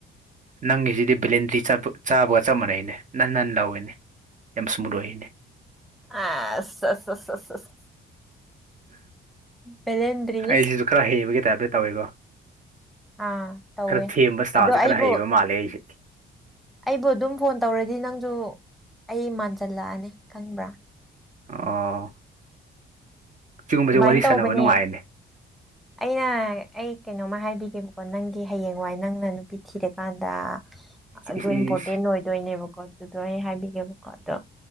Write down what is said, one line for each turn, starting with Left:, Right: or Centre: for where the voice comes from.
Right: ꯅꯪꯒꯤꯁꯤꯗꯤ ꯕꯦꯂꯦꯟꯗ꯭ꯔꯤ ꯆꯕ ꯆꯥꯕꯒ ꯆꯞ ꯃꯥꯟꯅꯩꯅꯦ ꯅꯥꯟ ꯅꯥꯟ ꯂꯥꯎꯏꯤꯅꯦ ꯌꯥꯝ ꯁꯃꯨꯠ ꯑꯣꯏꯌꯦꯅꯦ
Centre: ꯑꯁ ꯁ ꯁꯁ ꯁꯁ ꯕꯦꯂꯦꯟꯗ꯭ꯔꯤ
Right: ꯑꯩꯁꯤꯁꯨ ꯈꯔ ꯍꯩꯕꯒꯤ ꯇꯥꯏꯞꯇ ꯇꯧꯋꯦꯀꯣ
Centre: ꯑꯥ ꯇꯧꯋꯦ
Right: ꯈꯔ ꯊꯦꯝꯕ ꯏꯁꯇꯥꯏꯜꯁꯦ
Centre: ꯑꯗꫭ ꯑꯩꯕꯨ
Right: ꯈꯔ ꯍꯩꯕ ꯃꯥꯜꯂꯦ ꯑꯩꯁꯦ
Centre: ꯑꯩꯕꯨ ꯑꯗꯨꯝ ꯐꯣꯟ ꯇꯧꯔꯗꯤ ꯅꯪꯁꯨ ꯑꯩ ꯃꯥꯟꯁꯤꯜꯂꯛꯑꯅꯤ ꯈꯪꯕ꯭ꯔꯥ
Right: ꯑꯣ ꯁꯤꯒꯨꯝꯕꯁꯦ
Centre: ꯑꯗꯨꯃꯥꯏꯅ
Right: ꯋꯥꯔꯤ
Centre: ꯇꯧꯕꯅꯦ
Right: ꯁꯥꯅꯕ ꯅꯨꯡꯉꯥꯏ ꯑꯦꯅꯦ
Centre: ꯑꯩꯅ ꯑꯩ ꯀꯩꯅꯣꯝꯃ ꯍꯥꯏꯕꯤꯒꯦꯕꯀꯣ ꯅꯪꯒꯤ ꯍꯌꯦꯡꯋꯥꯏ ꯅꯪꯅ ꯅꯨꯄꯤ ꯊꯤꯔꯀꯥꯟꯗ
Right: ꯏꯁ
Centre: ꯑꯗꯣ
Right: ꯏꯁ
Centre: ꯏꯝꯄꯣꯔꯇꯦꯟ
Right: ꯏꯁ
Centre: ꯑꯣꯏꯗꯣꯏꯅꯦꯕꯀꯣ ꯑꯗꯨꯗꯣ ꯑꯩ ꯍꯥꯏꯕꯤꯒꯦꯕꯀꯣ ꯑꯗꯣ